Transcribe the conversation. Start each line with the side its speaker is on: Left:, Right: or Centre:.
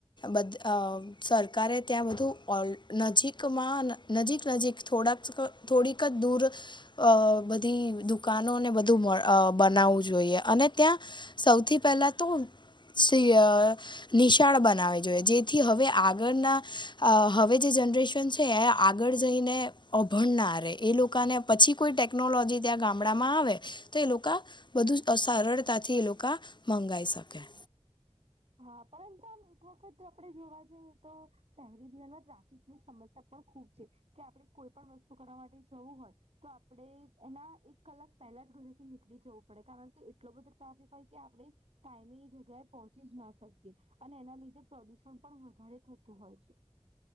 Left: બદ અ સરકારે ત્યાં, બધું ઓ નજીકમાં નજીક નજીક થોડાક અ થોડીક જ દૂર અ બધી દુકાનોને બધું અ બનાવું જોઈએ અને ત્યાં સૌથી પહેલા તો અ નિશાળ બનાવી જોઈએ જેથી હવે, આગળના હવે જે જનરેશન છે. છે, આગળ જઈને અભણ ના રે એ લોકોને પછી, કોઈ ટેકનોલોજી ત્યાં ગામડામાં આવે તો એ લોકો બધું અ સરળતાથી, એ લોકા મંગાઈ શકે.
Right: હા, પરંતુ આમ એક વખત, આપણે જોવા જઈએ તો શહેરી જીવનમાં ટ્રાફિક ની સમસ્યા પણ ખૂબ છે, કે આપણે કોઈ પણ વસ્તુ કરવા માટે જવું હોય તો આપણે એના એક કલાક પહેલા જ ઘરેથી નીકળી જવું પડે, કારણ કે, એટલો બધો ર્ટાફિક હોય કે, આપણે.. ટાઈમિંગ એ જગ્યા પંહ ચીજ ના શકિએ અને એના લીધે પ્રદુષણ પણ વધારે થતું હોય છે.